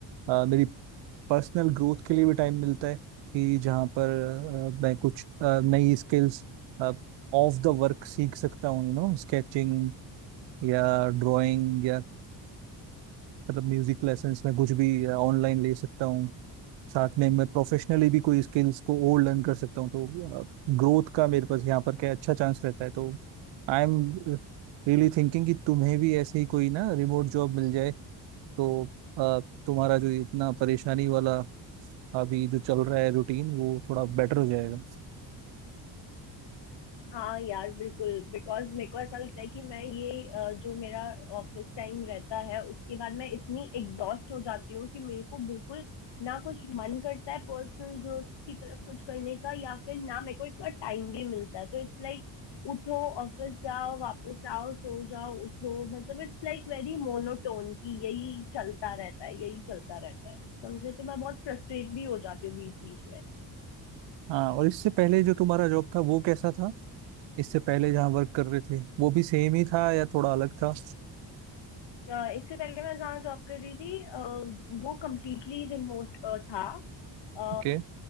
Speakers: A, on the right (about 70°); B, on the left (about 65°).
A: अ, मेरी पर्सनल ग्रोथ के लिए भी टाइम मिलता है कि जहाँ पर अ, मैं कुछ अ, नई स्किल्स ऑफ द वर्क सीख सकता हूँ यू नो स्केचिंग या ड्राइंग या अ, मतलब म्यूजिक लेसन्स में कुछ भी ऑनलाइन ले सकता हूँ साथ में मैं प्रोफेशनली भी कोई स्किल्स को और लर्न कर सकता हूँ तो ग्रोथ का मेरे पास यहाँ पर क्या अच्छा चांस रहता है तो आई एम रियली थिंकिंग कि तुम्हें भी ऐसे ही कोई ना रिमोट जॉब मिल जाए तो अ, तुम्हारा जो इतना परेशानी वाला अभी जो चल रहा है रूटीन वो थोड़ा बेटर हो जाएगा
B: हाँ यार बिल्कुल बिकॉज मेरे को ऐसा लगता है कि मैं ये अ, जो मेरा ऑफिस टाइम रहता है उसके बाद मैं इतनी एग्जॉस्ट हो जाती हूँ कि मेरे को बिल्कुल ना कुछ मन करता है पर्सनल ग्रोथ की तरफ कुछ करने का या फिर ना मेरे को इतना टाइम भी मिलता है तो इट्स लाइक उठो ऑफिस जाओ वापस आओ सो जाओ उठो मतलब इट्स लाइक वेरी मोनोटोन की यही चलता रहता है यही चलता रहता है समझे तो मैं बहुत फ्रस्ट्रेट भी हो जाती हूँ बीच बीच में
A: हाँ और इससे पहले जो तुम्हारा जॉब था वो कैसा था इससे पहले जहाँ वर्क कर रहे थे वो भी सेम ही था या थोड़ा अलग था
B: अ, इससे पहले मैं जहाँ जॉब कर रही थी अ, वो कम्प्लीटली रिमोट था अ,
A: ओके